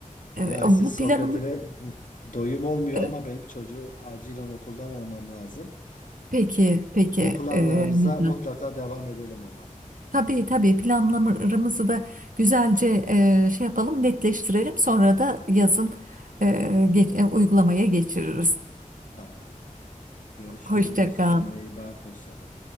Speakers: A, on the right; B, on the left.
A: E,
B: Ya siz
A: Bu planımız
B: sohbetine <laughs> doyum olmuyor
A: e,
B: ama benim çocuğu acilen okuldan almam lazım.
A: peki, peki
B: Bu planlarımıza
A: e, Mithat.
B: mutlaka devam edelim ama.
A: Tabii tabii planlarımızı da güzelce e, şey yapalım, netleştirelim. Sonra da yazın e, geç- e, uygulamaya geçiririz.
B: Tamam. Tamam. Görüşürüz.
A: Hoşça kal.
B: Kendine iyi bak. Hoşça kal.